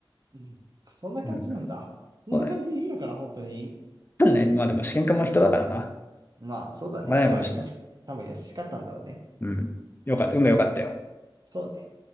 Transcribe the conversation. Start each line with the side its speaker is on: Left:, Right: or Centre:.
Right: うん。そんな感じなんだ。
Left: うん。
Right: そんな感じでいいのかな、
Left: そうだね。
Right: 本当に。
Left: わかんないまあでも、試験管も人だからな。わか
Right: まあ、そうだね。
Left: らないかもしれない。
Right: いや、優し、多分優しかったんだろうね。
Left: うん。よかった。運が良かったよ。
Right: そうね